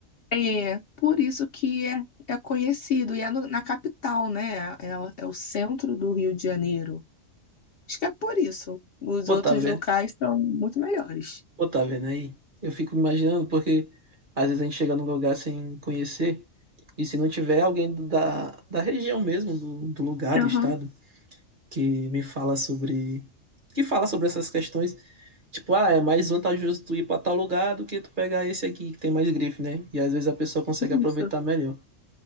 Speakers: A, on the left; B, on the right.
A: é por isso que é, é conhecido e é no- na capital, né? É, é o centro do Rio de Janeiro. Acho que é por isso. Os
B: Pô,
A: outros
B: tá vendo?
A: locais são muito melhores.
B: Pô, tá vendo aí? Eu fico imaginando, porque às vezes a gente chega num lugar sem conhecer, e se não tiver alguém da, da região mesmo, do, do lugar,
A: Aham,
B: do estado, que me fala sobre. que fala sobre essas questões, tipo, ah, é mais vantajoso tu ir pra tal lugar do que tu pegar esse aqui que tem mais grife, né? E às vezes a pessoa consegue aproveitar
A: isso.
B: melhor.